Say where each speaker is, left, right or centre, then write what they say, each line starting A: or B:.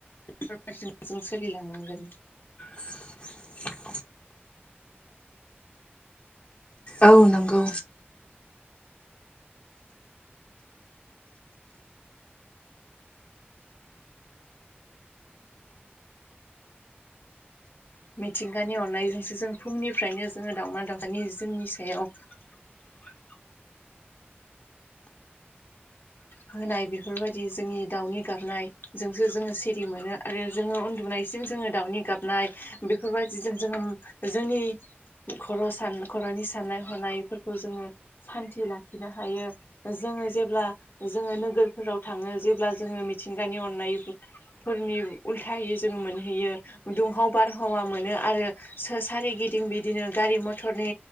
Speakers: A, on the left; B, on the left.
A: जोङो जों सोलिलांनांगोन
B: <inaudible> औ नंगौ
A: मिथिंगानि अननायजोंसो जों फुंनिफ्रायनो जोङो दाउमा दाउसानि जोंनि सायाव
B: <inaudible>
A: होनाय बेफोरबायदि जोंनि दाउनि गाबनायजोंसो जोङो सिरि मोनो आरो जोङो उन्दुनाय सिम जोङो दाउनि गाबनाय बेफोरबायदिजों जोङो जोंनि खर' सान खर'नि साननाय हनायफोरखौ जोङो सान्थि लाखिनो हायो जों जोङो जेब्ला जोङो नोगोरफोराव थाङो जेब्ला जोङो मिथिंगानि अननायफोरनि उलथायै जों मोनहैयो दुंहाव बारहावा मोनो आरो सोरारिगिदिं बिदिनो गारि मटरनि